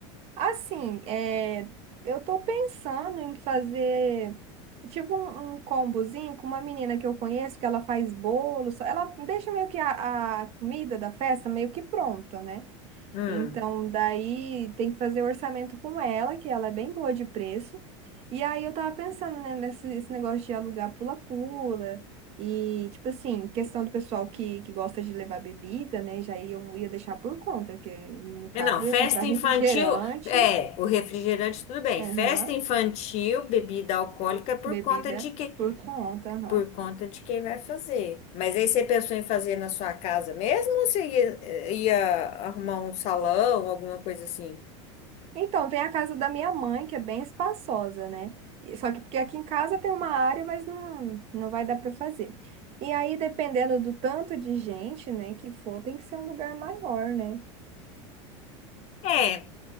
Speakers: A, on the right; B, on the left.
A: assim, é, eu tô pensando em fazer tipo um, um combozinho com uma menina que eu conheço, que ela faz bolo, só- ela deixa meio que a a comida da festa meio que pronta, né?
B: Hum.
A: Então, daí tem que fazer orçamento com ela, que ela é bem boa de preço. E aí eu tava pensando, né, nesse esse negócio de alugar pula-pula. E, tipo assim, questão do pessoal que, que gosta de levar bebida, né? Já aí eu ia deixar por conta, que no caso
B: É, não, festa
A: eu ia comprar refrigerante,
B: infantil, é, o refrigerante tudo bem.
A: aham,
B: Festa infantil, bebida alcoólica é por
A: bebida
B: conta de que,
A: por conta, aham.
B: por conta de quem vai fazer. Mas aí você pensou em fazer na sua casa mesmo ou você ia, ia arrumar um salão, alguma coisa assim?
A: Então, tem a casa da minha mãe, que é bem espaçosa, né? E- Só que porque aqui em casa tem uma área, mas não, não vai dar para fazer. E aí, dependendo do tanto de gente, né, que for, tem que ser um lugar maior, né?
B: É,